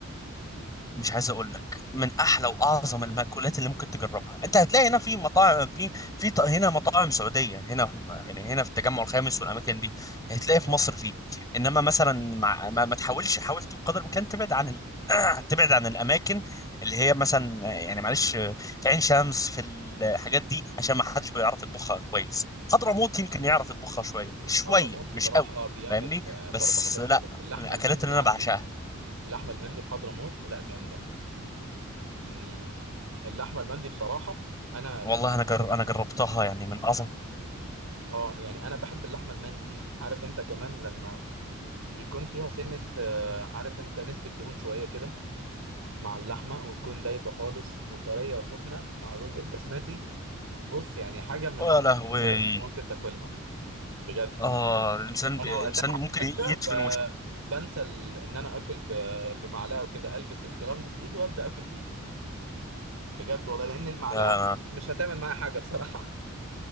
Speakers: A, on the left; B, on the right.
A: مش عايز اقول لك من احلى واعظم المأكولات اللي ممكن تجربها انت هتلاقي هنا في مطاعم في في ط- هنا مطاعم سعوديه هنا في يعني هنا في التجمع الخامس والاماكن دي هتلاقي في
B: آه.
A: مصر فيه انما مثلا مع ما, ما تحاولش حاول بقدر الامكان تبعد عن ال... <clears throat> تبعد عن الاماكن اللي هي مثلا يعني معلش في عين شمس في الحاجات دي عشان ما حدش بيعرف يطبخها كويس حضرموت يمكن يعرف يطبخها شويه شويه
B: حضرموت بصراحه
A: مش قوي
B: بيعمل
A: فاهمني
B: آه، برضو
A: بس
B: حاجات
A: لا
B: حلوه اللحمه
A: من الاكلات
B: المندي
A: اللي
B: عنده
A: انا بعشقها
B: اللحمه المندي في حضرموت لا جامده يعني اللحمه المندي بصراحه انا
A: والله
B: لما
A: انا جر...
B: <laughs>
A: انا جربتها يعني من اعظم
B: اه يعني انا بحب اللحمه المندي دي عارف انت كمان لما بيكون فيها سنه آه، عارف انت نسبه دهون شويه كده مع اللحمه وتكون دايبه خالص وطريه وسخنه مع الرز البسمتي بص يعني حاجة من
A: يا
B: أعظم
A: لهوي
B: الأكلات اللي ممكن تاكلها بجد
A: اه الانسان
B: أنا
A: ب... الانسان
B: وقتها على
A: ممكن
B: فكرة
A: يدفن
B: ب... بنسى ال... إن أنا آكل ب... بمعلقة وكده ألبس الجلافز في إيدي وأبدأ آكل بإيدي بجد والله لأن المعلقة
A: وشه
B: مش هتعمل معايا حاجة بصراحة